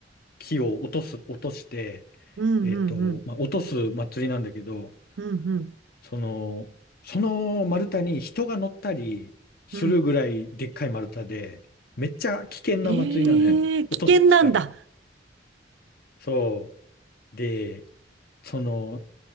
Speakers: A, on the left; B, on the right.
A: 木を落とす、落として、
B: うんうんうん。
A: えっと、まあ、落とす祭りなんだけど、
B: うんうん
A: その、その丸太に人が乗ったりするぐらいでっかい丸太で、
B: うん。
A: めっちゃ危険な祭りなのよ。
B: ええ危険なんだ。
A: 落とすから。そう。で、その、